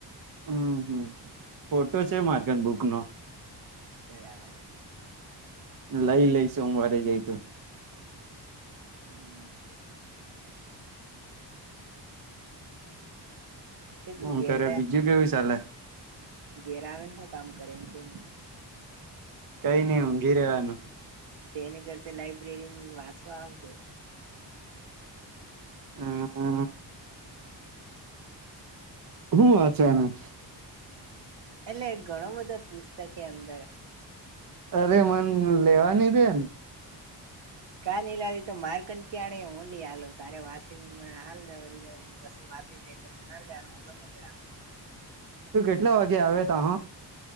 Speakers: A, on the right; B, on the right.
A: હમ હમ ફોટો છે માર્કન બુક નો.
B: બરાબર.
A: લઈ લઈ સોમવારે જાય તો.
B: હમ તે તું
A: હું
B: ઘેર
A: કરે બીજું કેવું ચાલે
B: ઘેર આવેને હુ કામ કરે ન એમ કે?
A: કઈ નઈ ઊંઘી રહેવાનું.
B: તેની કરતા લાઈબ્રેરી વાંચવા આવ કે.
A: હા હું વાંચવાના?
B: એટલે ઘણો બધો પુસ્તક એ અંદર.
A: અરે મન લેવાની દે ન.
B: કા ની લેવાદી તો માર્કડ કેળે હું લીઆલુ તારે વાસીનમાંલદે પછી વાસી લે એટલે મનાલ હું જમા કરાવ
A: તું કેટલા વાગે આવે તા હા?